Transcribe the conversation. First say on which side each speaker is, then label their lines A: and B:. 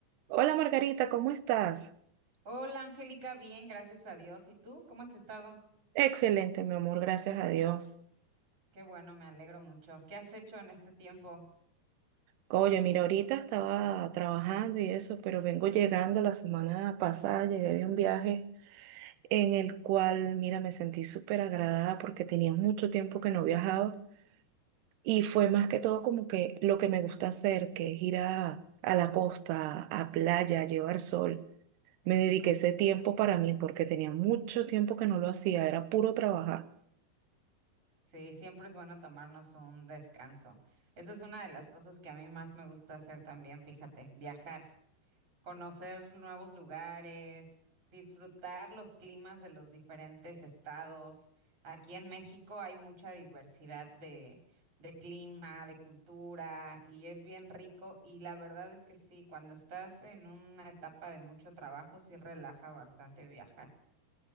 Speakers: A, on the right; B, on the right.
A: Hola Margarita, ¿cómo estás?
B: Hola Angélica, bien, gracias a Dios. ¿Y tú? ¿Cómo has estado?
A: Excelente, mi amor, gracias a Dios.
B: Qué bueno, me alegro mucho. ¿Qué has hecho en este tiempo?
A: Oye, mira, ahorita estaba trabajando y eso, pero vengo llegando la semana pasada, llegué de un viaje en el cual, mira, me sentí súper agradada porque tenía mucho tiempo que no viajaba y fue más que todo como que lo que me gusta hacer, que es ir a, a la costa, a playa, a llevar sol.
B: Qué
A: Me
B: rico.
A: dediqué ese tiempo para mí porque tenía mucho tiempo que no lo hacía, era puro trabajar.
B: Sí, siempre es bueno tomarnos un descanso. Eso es una de las cosas que a mí más me gusta hacer también, fíjate, viajar. conocer nuevos lugares, disfrutar los climas de los diferentes estados. Aquí en México hay mucha diversidad de, de clima, de cultura, y es bien rico. Y la verdad es que sí, cuando estás en una etapa de mucho trabajo, sí relaja bastante viajar.